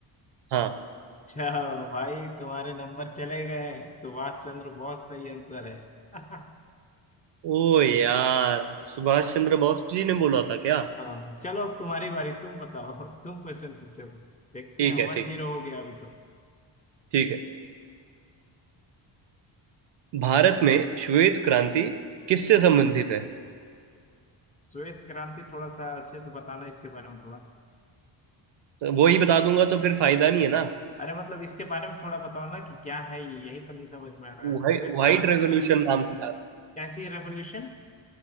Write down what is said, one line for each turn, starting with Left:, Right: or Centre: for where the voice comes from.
Right: हाँ
Left: अच्छा भाई तुम्हारे नंबर चले गए सुभाष चंद्र बोस सही आंसर है <laughs>
Right: ओ यार सुभाष चंद्र बोस जी ने बोला था क्या
Left: हाँ, चलो अब तुम्हारी बारी तुम बताओ <laughs> तुम क्वेश्चन पूछो देखते
Right: ठीक
Left: हैं
Right: है
Left: वन
Right: ठीक
Left: जीरो हो गया अभी तो
Right: ठीक है भारत में श्वेत क्रांति किससे संबंधित है
Left: श्वेत क्रांति थोड़ा सा अच्छे से बताना इसके बारे में थोड़ा
Right: तो वो ही बता दूंगा तो फिर फायदा नहीं है ना
Left: अरे मतलब इसके बारे में थोड़ा बताओ ना कि क्या है ये यही तो नहीं समझ में आ रहा
Right: व्हाइट
Left: है श्वेत
Right: व्हाइट
Left: क्रांति
Right: रेवोल्यूशन
Left: में
Right: नाम से था
Left: कैसी रेवोल्यूशन